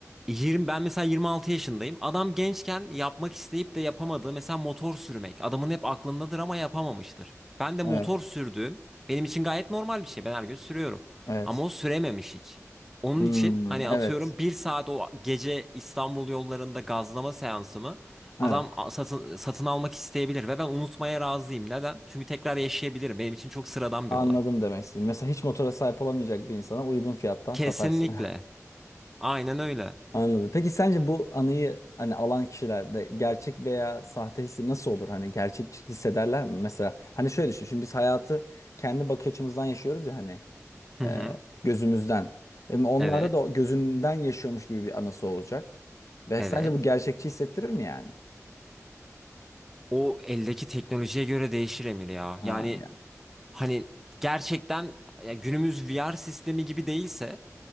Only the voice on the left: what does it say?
evet,
evet.
Hmm,
evet,
evet.
Anladım
demek istedim. Mesela hiç motora sahip olamayacak bir insana uygun fiyattan
satarsın.
<laughs> Anladım. Peki sence bu anıyı hani alan kişilerde gerçek veya sahte hissi nasıl olur? Hani gerçek hissederler mi? Mesela hani şöyle düşün. Şimdi biz hayatı kendi bakış açımızdan yaşıyoruz ya hani.
E,
gözümüzden. Hem onlarda
da gözünden yaşıyormuş gibi bir anısı olacak. Ve
sence bu gerçekçi hissettirir mi yani?
Ha
yani.